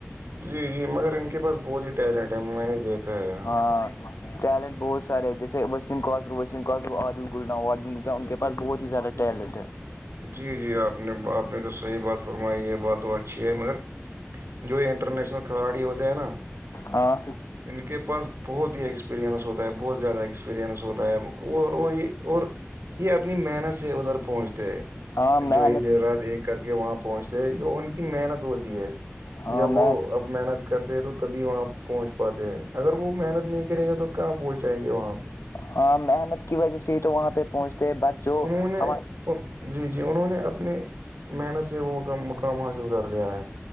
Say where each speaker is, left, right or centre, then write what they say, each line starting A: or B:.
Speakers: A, on the right; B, on the left.
A: جی جی مگر ان کے پاس بہت ہی ٹیلنٹ ہے میں نے دیکھا ہے یہاں
B: ہاں ٹیلنٹ بہت سارے جیسے وسیم کوسرو وسیم کوسرو عدل گڈنا و عل گ ان کے پس بہت ہی زیاارہ ڈلڈے
A: جی جی آپ نے آپ نے تو صحیح بات فرمائی یہ بات تو اچھی ہے مگر جو انٹرنیشنل کھلاڑی ہوتے ہیں نا
B: ہاں
A: ان کے پاس بہت ہی ایکسپیریئنس ہوتا ہے بہت زیادہ ایکس ہوتا ہے وہ یہ اور یہ اپنی محنت سے ادھر پہنچتے ہے
B: ہاں
A: جو
B: محنت
A: ایک دیر رات ایک کر کے وہاں پہنچتے جو ان کی محنت ہوتی ہے
B: ہاں
A: جب
B: محنت
A: وہ اب محنت کرتے ہیں تو تبھی وہاں پہنچ پاتے ہیں اگر وہ محنت نہیں کریں گے تو کہاں پہنچ جائیں گے وہاں پہ
B: ہاں محنت کی وجہ سے ہی تو وہاں پہ پہنچتے ہیں بٹ جو
A: انہوں نے
B: ہم
A: جی جی انہوں نے اپنی محنت سے وہ کام کام حاصل کر لیا ہے